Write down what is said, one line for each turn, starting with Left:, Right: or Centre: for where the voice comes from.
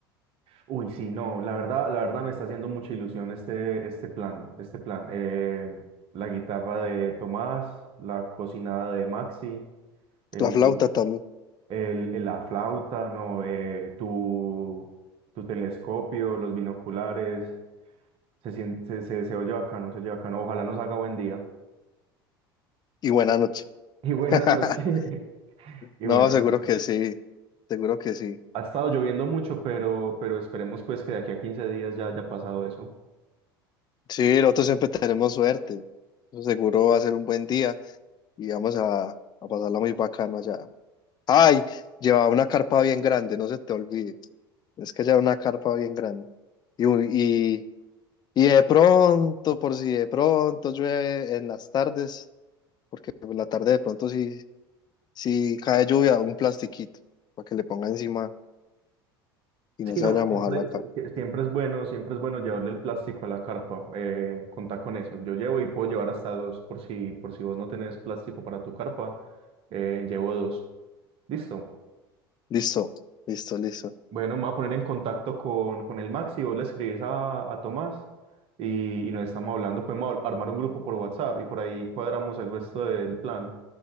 Right: Uy, sí, no, la verdad, la verdad me está haciendo mucha ilusión este, este plan, este plan. Eh, la guitarra de Tomás, la cocinada de Maxi, el,
Left: La flauta también.
Right: el- el- la flauta, no, eh, tu, tu telescopio, los binoculares, se, sien- se, se, se oye bacano, se oye bacano. Ojalá nos haga buen día.
Left: Y buena noche.
Right: <laughs> Y buena
Left: <laughs>
Right: noche. <laughs> Y
Left: No,
Right: buena
Left: seguro
Right: noche.
Left: que sí. Seguro que sí.
Right: Ha estado lloviendo mucho, pero, pero esperemos pues que de aquí a 15 días ya haya pasado eso.
Left: Sí, nosotros siempre tenemos suerte. Eso Seguro va a ser un buen día y vamos a, a pasarla muy bacano allá. Ay, lleva una carpa bien grande, no se te olvide. Es que lleva una carpa bien grande. Y, un- y, y de pronto, por si de pronto llueve en las tardes, porque en la tarde de pronto si, si cae lluvia, un plastiquito para que le ponga encima y
Right: Sí,
Left: no se
Right: no,
Left: vaya a
Right: siempre,
Left: mojar la
Right: si-
Left: cara.
Right: si- siempre es bueno, siempre es bueno llevarle el plástico a la carpa, eh, contar con eso. Yo llevo y puedo llevar hasta dos, por si, por si vos no tenés plástico para tu carpa, eh, llevo dos. Listo.
Left: Listo, listo, listo.
Right: Bueno, me voy a poner en contacto con, con el Maxi, vos le escribís a, a Tomás y, y nos estamos hablando, podemos ar- armar un grupo por WhatsApp y por ahí cuadramos el resto del plan.